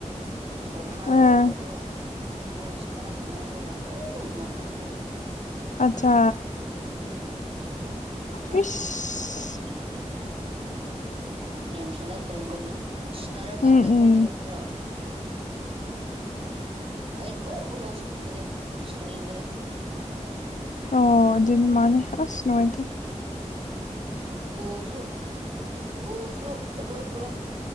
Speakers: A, on the right; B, on the left.
A: ꯁꯦꯠ ꯑꯃ
B: ꯑꯥ
A: ꯂꯧꯕꯗꯨ ꯃꯣꯏꯅ ꯁꯥꯟꯅ ꯁꯥꯟꯅꯔꯒ ꯂꯣꯏꯅ ꯃꯥꯡꯍꯟꯕꯤꯔꯦ ꯫
B: ꯑꯠꯆꯥ
A: ꯑꯩꯈꯣꯏꯗꯤ
B: ꯏꯁ
A: ꯌꯥꯝ ꯁꯥꯟꯅꯗ꯭ꯔꯤꯕꯅꯤꯅ ꯁꯥꯟꯅꯔꯀꯥꯟꯗ
B: ꯎꯝ
A: ꯑꯩꯈꯣꯏꯁꯨ
B: ꯎꯝ
A: ꯈꯔ ꯑꯩꯅ ꯂꯣꯏꯅꯃꯨꯛ ꯂꯧꯁꯤꯟꯕꯅꯦ ꯁꯣꯅꯤꯡꯗꯅ ꯫
B: ꯑꯣ ꯑꯗꯨꯗꯤ ꯃꯥꯅꯦ ꯑꯁ ꯅꯨꯡꯉꯥꯏꯇꯦ ꯫
A: ꯕ‌ꯣꯜꯁꯨ ꯕꯣꯜꯁꯨ ꯑꯩꯈꯣꯏ ꯄꯨꯂꯞ